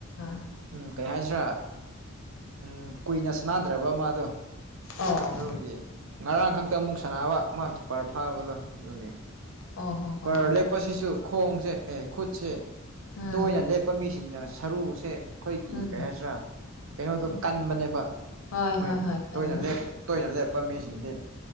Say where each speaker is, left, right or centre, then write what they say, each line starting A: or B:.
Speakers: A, on the left (about 65°); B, on the right (about 65°).
A: <inaudible>
B: ꯎꯝ ꯀꯩ ꯍꯥꯏꯁꯤ꯭ꯔꯥ ꯎꯝ ꯀꯨꯏꯅ ꯁꯅꯗ꯭ꯔꯕ ꯑꯃ ꯑꯗꯣ
A: ꯑꯣ
B: ꯑꯗꯨꯒꯤ ꯉꯔꯥꯡ ꯈꯛꯇ ꯑꯃꯨꯛ ꯁꯅꯕ ꯃꯥ ꯀꯤ ꯄꯔ ꯐꯥꯕꯗꯣ ꯑꯗꯨꯒꯤ
A: ꯑꯣ
B: ꯀꯤꯄꯔ
A: ꯍꯣ ꯍꯣ
B: ꯂꯦꯞꯄꯁꯤꯁꯨ ꯈꯣꯡꯁꯦ ꯑꯦ ꯈꯨꯠꯁꯦ
A: ꯎꯝ
B: ꯇꯣꯏꯅ ꯂꯦꯞꯄ ꯃꯤꯁꯤꯡꯅ ꯁꯔꯨꯁꯦ ꯑꯩꯈꯣꯏꯒꯤ
A: ꯎꯝ
B: ꯀꯩ ꯍꯥꯏꯁꯤꯔꯥ ꯀꯩꯅꯣꯗꯣ
A: ꯎꯝ
B: ꯀꯟꯕꯅꯦꯕ
A: ꯍꯣꯏ
B: ꯃꯣꯏ
A: ꯍꯣꯏ ꯍꯣꯏ ꯈꯜꯂꯦ
B: ꯇꯣꯏꯅ ꯂꯦꯞꯄ ꯇꯣꯏꯅ ꯂꯦꯞꯄ ꯃꯤꯁꯤꯡꯗꯤ